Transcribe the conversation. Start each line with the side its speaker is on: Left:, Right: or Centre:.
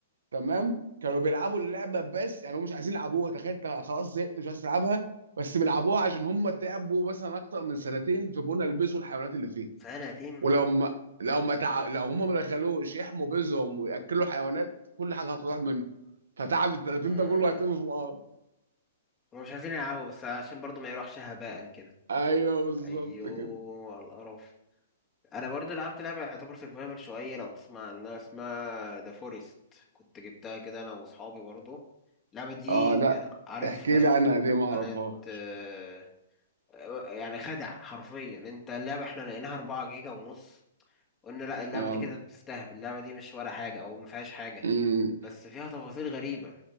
Right: تمام كانوا بيلعبوا اللعبه بس يعني هم مش عايزين يلعبوها تخيل انت خلاص زهقت مش عايز تلعبها بس
Left: م.
Right: بيلعبوها عشان هم تعبوا مثلا اكتر من سنتين في بنا يلبسوا الحيوانات اللي فيه
Left: سنتين
Right: ولو ما لو ما تع... لو هم ما دخلوش يحموا بيزهم وياكلوا حيوانات كل حاجه هتروح منهم فتعب ال 30
Left: آه
Right: ده كله هيتم في الارض
Left: هما مش عايزين يلعبوا بس عشان برضه ما يروحش هباء كده
Right: ايوه بالظبط
Left: ايوه
Right: كده
Left: على القرف انا برضه لعبت لعبه يعتبر سرفايفل شويه لو تسمع عنها اسمها ذا فورست كنت جبتها كده انا واصحابي برضه اللعبه دي
Right: اه لا
Left: يعني عارف
Right: احكي
Left: كانت
Right: لي عنها دي ما اعرفهاش
Left: كانت آه، يعني خدع حرفيا انت اللعبه احنا لقيناها 4 جيجا ونص قلنا لا اللعبه
Right: اه
Left: دي كده بتستهبل اللعبه دي مش ولا حاجه او ما فيهاش حاجه
Right: امم
Left: بس فيها تفاصيل غريبه